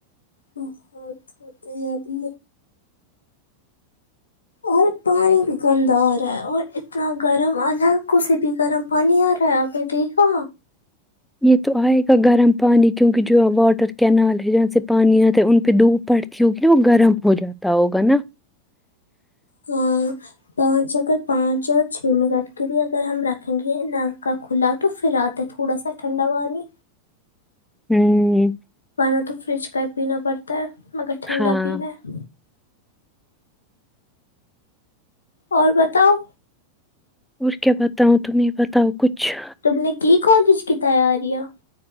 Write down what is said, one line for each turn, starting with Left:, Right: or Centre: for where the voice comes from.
Left: بہت ہوتے ہیں ابھی اور پانی ات گندا ارہا ہے اور اتنا گرم آ نا کوسی بھی گرم پانی آ رہا ہے آپ نے دیکھا
Centre: یہ تو آئے گا گرم پانی کیونکہ جو واٹر کینال ہے جہاں سے پانی آتا ہے ان پہ دوب پڑ چونکی وہ گرم ہو جاتا ہوگا نا
Left: ہاں پانچ اگر پانچ اور چھ منٹ کے بھی اگر ہم رکھیں گے نل کا کھلا تو پھر آتے تھوڑا سا ٹھنڈا پانی
Centre: ہوں
Left: نہ تو فریج کا ہی پینا پڑتا ہے مگر ٹھنڈا
Centre: ہاں
Left: پینا ہے اور بتاؤ
Centre: اور کیا بتاؤں تمہی بتاؤ کچھ
Left: تم نے کی کالج کی تیاریا